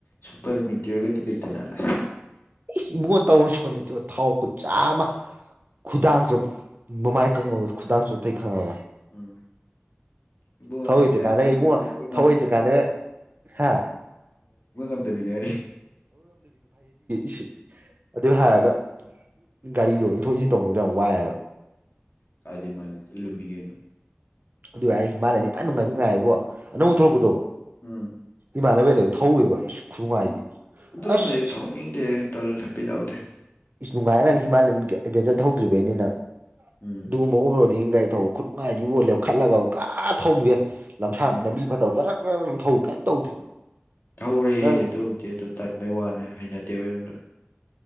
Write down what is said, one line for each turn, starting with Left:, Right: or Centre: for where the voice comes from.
Left: ꯁꯨꯄꯔ ꯃꯤꯟꯇꯤꯌ ꯑꯣꯏꯔꯒꯗꯤ ꯂꯩꯇꯖꯥꯠꯂ
Right: ꯏꯁ ꯏꯕꯣꯠ ꯇꯧꯔ ꯁꯨꯄ ꯃꯤꯠꯇꯣ ꯊꯥꯎ ꯈꯨꯠ ꯆꯥꯃ ꯈꯨꯗꯥꯡ ꯆ ꯃꯃꯥꯏ ꯀꯉꯒ ꯈꯨꯗꯥꯡ ꯆꯊꯩ ꯈꯪꯉꯒ
Left: ꯎꯝ ꯏꯕꯣꯗ
Right: ꯊꯧꯔꯣꯏꯗ꯭ꯔꯀꯥꯟꯗꯒ
Left: ꯅꯜꯂꯗꯤ
Right: ꯏꯕꯨꯡꯉꯣ
Left: ꯍꯣꯡꯒ
Right: ꯊꯧꯔꯣꯏꯗ꯭ꯔꯀꯥꯟꯗꯒ ꯍꯥ
Left: ꯉꯝꯗꯕꯤꯅꯦ ꯍꯥꯏꯅꯤ
Right: ꯁꯤ ꯑꯗꯨ ꯍꯥꯏꯔꯒ ꯒꯥꯔꯤꯗꯣ ꯏꯟꯊꯣꯛ ꯏꯟꯁꯤꯟ ꯇꯧꯅꯕꯗ ꯌꯥꯝ ꯋꯥꯏꯑꯦꯕ
Left: ꯀꯥꯗꯦ ꯃꯥꯅꯤ ꯆ ꯂꯨꯃꯤꯒꯦꯅ
Right: ꯑꯗꯨ ꯌꯥꯔ ꯍꯤꯃꯥꯂꯌꯥꯗꯤ ꯐ ꯅꯨꯡꯉꯥꯏ ꯅꯨꯡꯉꯥꯏ ꯍꯥꯏꯕꯣ ꯑꯅꯧ
Left: ꯎꯝ
Right: ꯊꯣꯛꯣꯔꯛꯄꯗꯣ
Left: ꯎꯝ
Right: ꯏꯃꯥꯟꯅꯕꯩ ꯂꯩ ꯊꯧꯋꯦꯕ ꯈꯨꯅꯨꯡꯉꯥꯏꯗꯤ
Left: ꯎꯝ ꯑꯗꯨ
Right: ꯑꯁ
Left: ꯃ ꯊꯥꯎꯃꯤꯦ ꯇꯜ ꯄꯤꯖꯦ
Right: ꯏꯁ ꯅꯨꯡꯉꯥꯏꯔꯦ ꯅꯪ ꯍꯤꯃꯥꯂꯌꯥꯟꯒꯤ ꯑꯦꯗꯚꯦꯟꯆꯔ ꯇꯧꯗ꯭ꯔꯤꯕꯩꯅꯤꯅ
Left: ꯎꯝ
Right: ꯑꯗꯨꯒꯨꯝꯕ ꯑꯣꯕꯔꯣꯗꯤꯡ ꯥꯏ ꯊꯧꯕ ꯈꯨꯠ ꯅꯨꯡꯉꯥꯏꯗꯤ ꯑꯣꯜꯂꯦꯞ ꯈꯠꯂꯒ ꯀ ꯊꯧꯈꯤꯕꯦ ꯂꯝꯁꯥꯡ
Left: ꯎꯝ
Right: ꯂꯝꯕꯤ ꯐꯠꯇꯕ ꯀ ꯀ ꯇꯧꯗꯦ
Left: ꯊꯧꯔꯦ
Right: ꯅꯪ
Left: ꯑꯗꯨꯕꯨꯗꯤ ꯑꯗꯨ ꯇꯟꯕꯩ ꯋꯥꯅꯤ ꯍꯩꯅꯗꯦꯕ ꯑꯩꯉꯣꯟꯗ